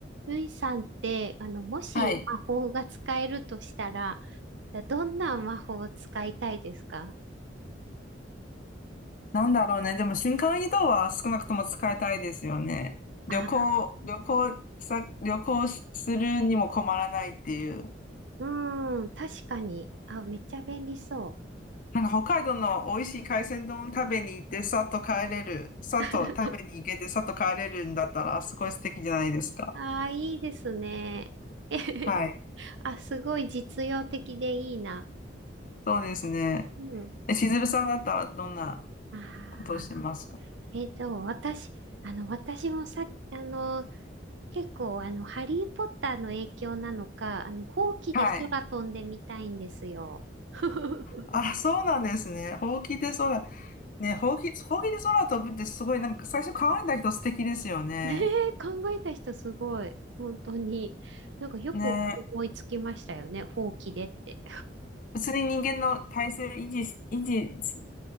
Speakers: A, on the right; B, on the left.
A: ルイさんって、あの、もし魔法が使えるとしたら、
B: はい。
A: どんな魔法を使いたいですか
B: なんだろうね。でも瞬間移動は少なくとも使いたいですよね。旅行、
A: あ、
B: 旅行さ、旅行するにも困らないっていう。
A: うーん、確かに。あ、めっちゃ便利そう。
B: なんか北海道の美味しい海鮮丼食べに行って、さっと帰れる。さっと食べに行けて、
A: <laughs>
B: さっと帰れるんだったら、すごい素敵じゃないですか。
A: ああいいですね。<laughs> えへへあ、
B: はい。
A: すごい実用的でいいな。
B: そうですね。
A: うん。
B: え、しずるさんだったらどんな
A: ああ
B: ことをしてますか
A: えっと、私、あの、私もさ、あの、結構、あの、ハリー・ポッターの影響なのか、あの、ほうきで空飛んでみたいんですよ。
B: はい。
A: <laughs>
B: あ、そうなんですね。ほうきで空。ね、ほうき、ほうきで空飛ぶってすごい、なんか最初考えた人素敵ですよね。
A: ねえ、考えた人すごい。本当に。なんかよく思いつきましたよね。
B: ねえ、
A: ほうきでって。
B: 普通に人間の体勢維持し、維持し